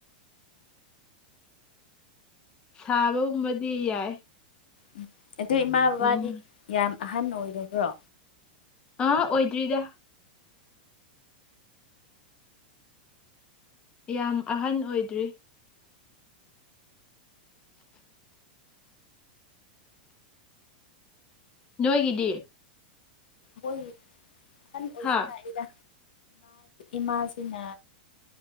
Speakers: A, on the left; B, on the left.
A: ꯁꯥꯕꯒꯨꯝꯕꯗꯤ ꯌꯥꯏ
B: ꯎꯝ ꯑꯗꯨ ꯏꯃꯥ ꯕꯥꯗꯤ
A: ꯎꯝ
B: ꯌꯥꯝ ꯑꯍꯟ ꯑꯣꯏꯔꯕ꯭ꯔꯣ
A: ꯑꯥ ꯑꯣꯏꯣꯏꯗ꯭ꯔꯤꯗ ꯌꯥꯝ ꯑꯍꯟ ꯑꯣꯏꯗ꯭ꯔꯤ ꯅꯣꯏꯒꯤꯗꯤ
B: ꯍꯣꯏ ꯈꯅꯤ ꯑꯣꯏꯁꯤ
A: ꯍꯥ
B: ꯂꯥꯛꯕ ꯏꯃꯥꯁꯤꯅ